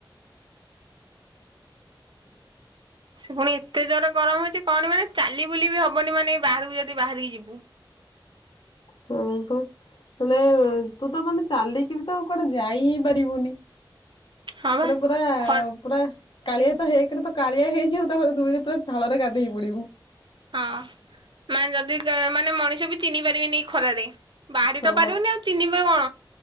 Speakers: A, on the right; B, on the left.
A: ସେ ପୁଣି ଏତେ ଜୋରେ ଗରମ ହଉଛି, କଅନି ମାନେ ଚାଲି ବୁଲି ବି ହବନି ମାନେ ବାହାରକୁ ଯଦି ବାହାରିକି ଯିବୁ। <inaudible>
B: ହଁ ପା। ମାନେ, ତୁ ତ ମାନେ ଚାଲିକି ବି ତ କୁଆଡେ ଯାଇ ହିଁ ପାରିବୁନି।
A: ହଁ ବା
B: ହେଲେ ପୁରା
A: ଖ
B: ପୁରା କାଳିଆ ତ ହେଇକିରି ତ କାଳିଆ ହେଇଯିବୁ ତାପରେ ଦୁଇରେ ପୁରା ଝାଳରେ ଗାଧେଇ ପଡିବୁ।
A: ହଁ ମାନେ ଯଦି କା ମାନେ ମଣିଷ ବି ଚିହ୍ନି ପାରିବେନି ଏ ଖରାରେ। ବାହାରି
B: ହଁ,
A: ତ ପାରିବନି ଆଉ ଚିହ୍ନିବେ କଣ